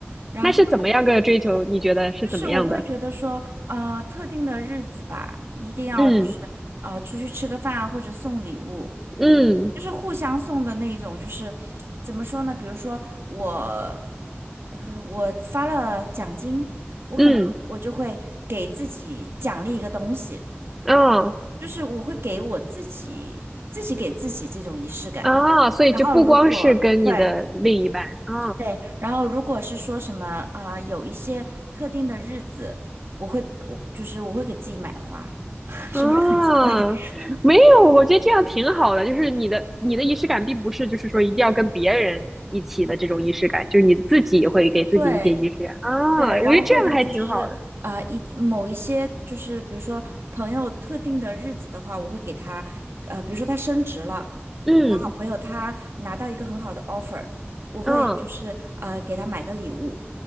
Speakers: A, on the right (about 65°); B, in the centre.
A: 然后。
B: 那是怎么样个追求？你觉得是怎么样的？
A: 就是我会觉得说，啊，特定的日子吧，一定要就是啊，
B: 嗯
A: 呃出去吃个饭啊或者送礼物，
B: 嗯
A: 就是互相送的那一种，就是怎么说呢？比如说我，呃，我发了奖金，我可能我就会给自己奖励一个东西，
B: 嗯，啊。
A: 就是我会给我自己自己给自己这种仪式感。
B: 啊，所以就不光是跟你的另一半，
A: 然后如果对。
B: 啊
A: 对，然后如果是说什么啊、有一些特定的日子，我会我就是我会给自己买花，<laughs>
B: 啊，
A: 是不是很奇怪？<laughs>
B: 没有，我觉得这样挺好的，就是你的你的仪式感并不是就是说一定要跟别人一起的这种仪式感，就是你自己会给自己一些仪式感啊，
A: 对，对，然后或者就是啊、
B: 我觉得这样还挺好的，
A: 呃一某一些就是比如说朋友特定的日子的话，我会给他呃，比如说他升职了，
B: 嗯
A: 我的好朋友他拿到一个很好的 offer，我会就是呃给他买个礼物。
B: 嗯